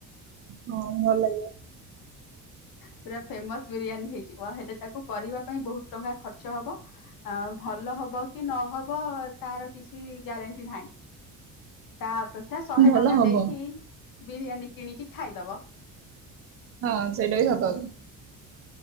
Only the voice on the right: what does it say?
ହଁ ଭଲ ଲାଗିବ।
ଭଲ
ହବ।
ହଁ ସେଇଟା ବି ହବା